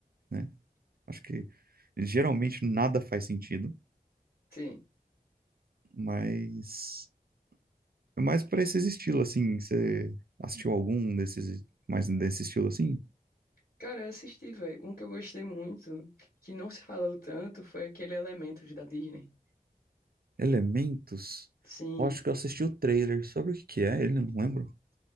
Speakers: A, on the right (about 75°); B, on the left (about 70°).
A: né? Acho que geralmente nada faz sentido,
B: Sim.
A: mas é mais para esses estilos, assim. Você assistiu algum desses, mais desse estilo, assim?
B: Cara, eu assisti, velho. Um que eu gostei muito, que não se falou tanto, foi aquele Elementos da Disney.
A: Elementos?
B: Sim.
A: Eu acho que eu assisti o trailer. Sobre o que que é ele, eu não lembro.